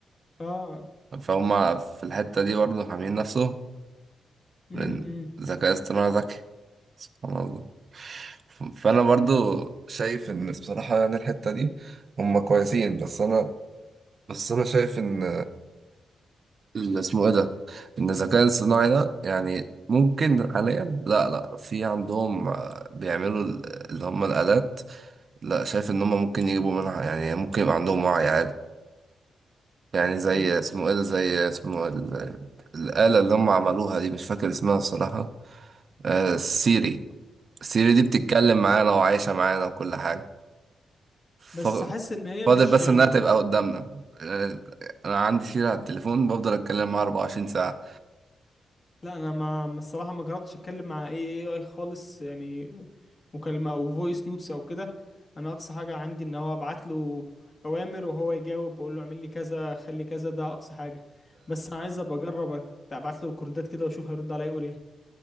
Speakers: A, on the left; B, on the right.
A: اه
B: اهي فهم في الحته دي برضه حامين نفسه
A: امم
B: لان الذكاء الاصطناعي ذكي سبحان الله ف- فانا برضه شايف ان بصراحه يعني الحته دي هم كويسين بس انا بس انا شايف ان اللي اسمه ايه ده ان الذكاء الصناعي ده يعني ممكن حاليا لا لا في عندهم آه، بيعملوا ال- اللي هم الآلات لا شايف ان هم ممكن يجيبوا منها يعني ممكن يبقى عندهم وعي عادي يعني زي
A: <laughs>
B: اسمه ايه ده زي اسمه ال- الآلة اللي هم عملوها دي مش فاكر اسمها الصراحة آه سيري سيري دي بتتكلم معانا وعايشة معانا وكل حاجة ف-
A: بس حاسس ان هي
B: فاضل
A: مش
B: بس
A: يعني
B: انها تبقى قدامنا آه، انا عندي سيري على التليفون بفضل اتكلم معاها 24 ساعة
A: لا انا ما ما الصراحه ما جربتش اتكلم مع اي اي اي خالص يعني مكالمه او فويس نوتس او كده انا اقصى حاجه عندي ان هو ابعت له اوامر وهو يجاوب بقول له اعمل لي كذا خلي كذا ده اقصى حاجه بس انا عايز ابقى اجرب ابعت له الكوردات كده واشوف هيرد عليا يقول ايه